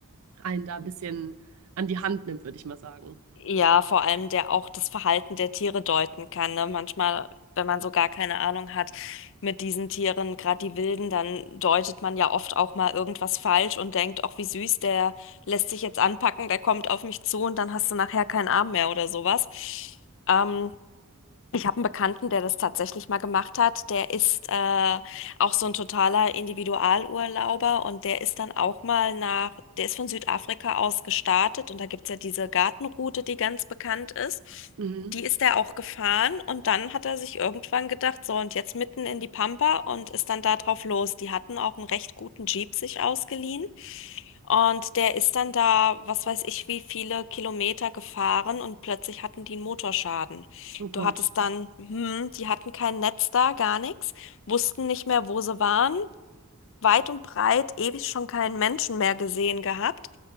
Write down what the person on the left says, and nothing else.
Ja, vor allem der auch das Verhalten der Tiere deuten kann, ne? Manchmal, wenn man so gar keine Ahnung hat mit diesen Tieren, gerade die Wilden, dann deutet man ja oft auch mal irgendwas falsch und denkt, ach, wie süß, der lässt sich jetzt anpacken, der kommt auf mich zu und dann hast du nachher keinen Arm mehr oder sowas. Ähm, ich habe einen Bekannten, der das tatsächlich mal gemacht hat. Der ist äh, auch so ein totaler Individualurlauber und der ist dann auch mal nach, der ist von Südafrika aus gestartet und da gibt's ja diese Gartenroute, die ganz bekannt ist.
Die ist er auch gefahren und dann hat er sich irgendwann gedacht, so und jetzt mitten in die Pampa und ist dann da drauf los. Die hatten auch einen recht guten Jeep sich ausgeliehen. Und der ist dann da, was weiß ich, wie viele Kilometer gefahren und plötzlich hatten die einen Motorschaden.
Du hattest dann, hm, die hatten kein Netz da, gar nichts, wussten nicht mehr, wo sie waren, weit und breit, ewig schon keinen Menschen mehr gesehen gehabt.